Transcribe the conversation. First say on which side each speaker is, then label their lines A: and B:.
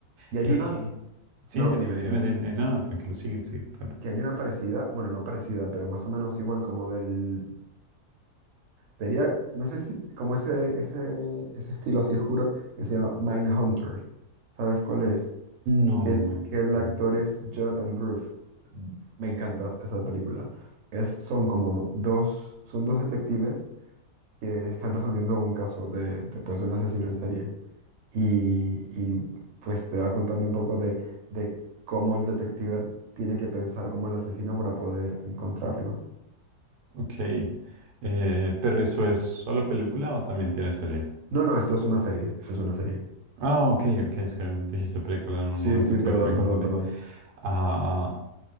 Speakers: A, on the right; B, on the right.
A: Y
B: Eh,
A: hay una...
B: sí,
A: No,
B: dime,
A: dime, dime.
B: dime, dime, no, no, tranquilo, sigue, sigue, cuenta.
A: que hay una parecida, bueno, no parecida, pero más o menos igual como del... Sería, no sé si, como ese, ese, ese estilo así oscuro que se llama Mindhunter. ¿Sabes cuál es?
B: No,
A: Que el,
B: no,
A: que el
B: no.
A: actor es Jonathan Groff Me encanta esa película. Es, son como dos, son dos detectives que están resolviendo un caso de, de, pues, un asesino en serie y, y, pues te va contando un poco de, de cómo el detective tiene que pensar como el asesino para poder encontrarlo.
B: Ok. Eh, pero eso es solo película o también tiene serie?
A: No, no, esto es una serie, esto es una serie.
B: Ah, ok, ok. Es que dijiste película en un
A: Sí,
B: momento
A: sí,
B: que
A: perdón,
B: me confundí.
A: perdón, perdón.
B: Ah,